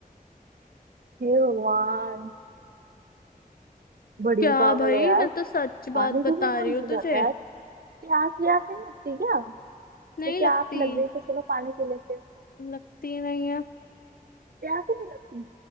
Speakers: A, on the right (about 80°); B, on the left (about 75°).
A: हे भगवान बड़ी
B: क्या
A: पागल
B: भाई
A: हो यार
B: मैं तो सच बात
A: पानी
B: बता
A: पीना कौन
B: रही हूँ
A: भूल
B: तुझे
A: जाता है यार। प्यास व्यास नहीं लगती क्या
B: नहीं
A: ये प्यास
B: लगती
A: लग गई तो चलो पानी पी लेते हैं
B: लगती नहीं है
A: प्यास ही नहीं लगती